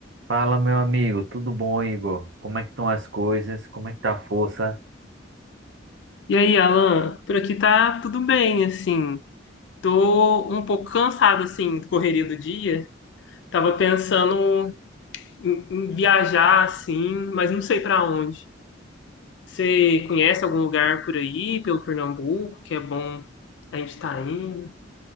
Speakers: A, on the right (about 70°); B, on the left (about 65°).
A: Fala, meu amigo, tudo bom, Igor? Como é que estão as coisas? Como é que tá a força?
B: E aí, Alan, por aqui tá tudo bem, assim. Tô um pouco cansado, assim, da correria do dia. Tava pensando em, em viajar, assim, mas não sei pra onde. Você conhece algum lugar por aí, pelo Pernambuco, que é bom a gente tá indo?